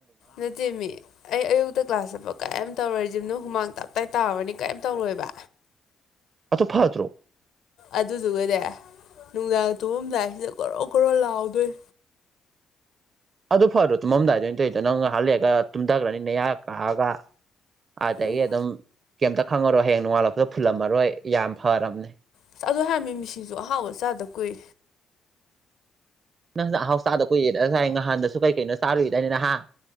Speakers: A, on the left; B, on the right.
A: ꯅꯠꯇꯦ ꯃꯤ ꯑꯩ ꯑꯌꯨꯛꯇ ꯀ꯭ꯂꯥꯁ ꯆꯠꯄ ꯀꯌꯥꯝ ꯇꯧꯔꯣꯏꯁꯤꯝꯅꯣ ꯍꯨꯃꯥꯡ ꯇꯥ ꯥꯏꯇꯥꯥꯕꯅꯤ ꯀꯔꯤꯝ ꯇꯧꯔꯣꯏꯕ
B: ꯑꯠꯇꯣ ꯐꯥꯠꯇ꯭ꯔꯣ
A: ꯑꯗꯨꯗꯨꯒꯅꯦ ꯅꯨꯡꯗꯥꯡ ꯇꯨꯉꯝꯗꯥꯏꯁꯤꯗ ꯣꯔꯣ ꯣꯔꯣ ꯂꯥꯎꯗꯣꯏ
B: ꯑꯗꯨ ꯐꯔꯣ ꯇꯨꯝꯃꯝꯗꯥꯏꯗꯣꯏ ꯅ ꯇꯧꯗꯣ ꯅꯪ ꯍꯜꯂꯛꯑꯒ ꯇꯨꯝꯊꯈ꯭ꯔꯅꯤꯅꯦ ꯌꯥ ꯀꯛꯑꯒ ꯑꯗꯒꯤ
A: ꯎꯝ
B: ꯑꯗꯨꯝ ꯀꯩꯝꯇ ꯈꯪꯉꯔꯣꯏ ꯍꯌꯦꯡ ꯅꯣꯡꯉꯥꯜꯂꯛꯄꯗ ꯐꯨꯜꯂꯝꯃꯔꯣꯏ ꯌꯥꯝ ꯐꯔꯕꯅꯦ
A: ꯑꯁ ꯑꯗꯨꯗꯣ ꯍꯥꯏꯔꯝꯃꯤ ꯃꯤꯁꯤꯁꯨ ꯑꯍꯥꯎꯕ ꯆꯥꯗ ꯀꯨꯏ
B: ꯅꯪ ꯍꯥꯎꯁꯥꯗ ꯀꯨꯏꯔꯦꯗ ꯉꯁꯥꯏ ꯅꯍꯥꯟꯗꯁꯨ ꯀꯩ ꯀꯩꯅꯣ ꯆꯥꯔꯨꯏꯗꯏꯅꯤ ꯅꯍꯥꯟ